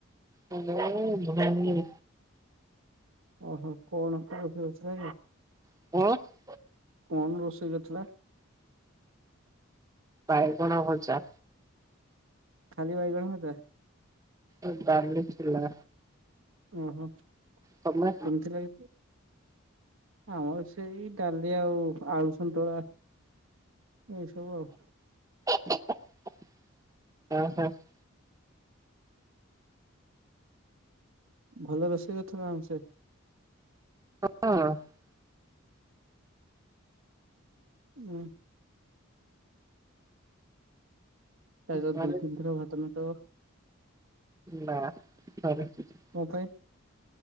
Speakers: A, on the right; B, on the right.
A: କେଜାଣି ଭୋଉଣୀ ଜୋଇଁ।
B: ଓହୋ କଣ <unintelligible>
A: <unintelligible>
B: କଣ ରୋଷେଇ କରିଥିଲା?
A: ବାଇଗଣ ଭଜା।
B: ଖାଲି ବାଇଗଣ ଭଜା?
A: ଏ ଡାଲି ଥିଲା।
B: ଓହୋ କେମିତି
A: ତମେ
B: ଲାଗିଚି? ଆମର ସେଇ ଡାଲି ଆଉ ଆଳୁ ସନ୍ତୁଳା ଏଇସବୁ ଆଉ।
A: <unintelligible>
B: ଭଲ ରୋଷେଇ କରିଥିଲା ଆମର ସେ।
A: <inaudible>
B: ଉଁ। <unintelligible>
A: ଘରେ
B: ଦୁଇ ତିନିଥର ଭାତ ନଥବ
A: ନା <unintelligible>
B: ମୋ ପାଇଁ।